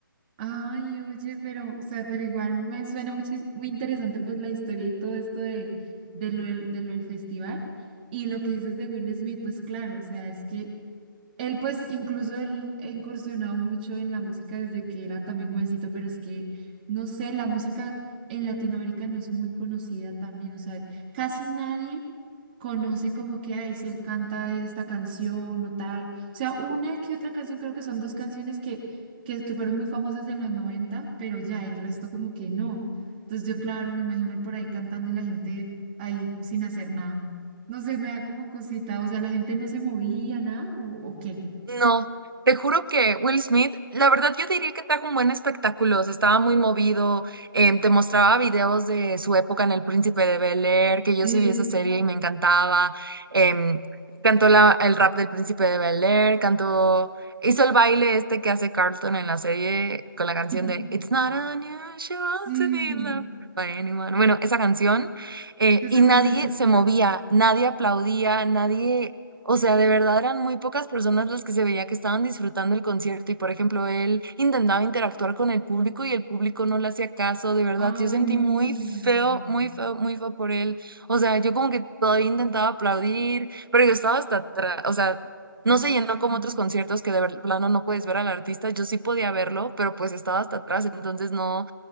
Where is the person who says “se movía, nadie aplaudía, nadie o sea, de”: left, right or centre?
Right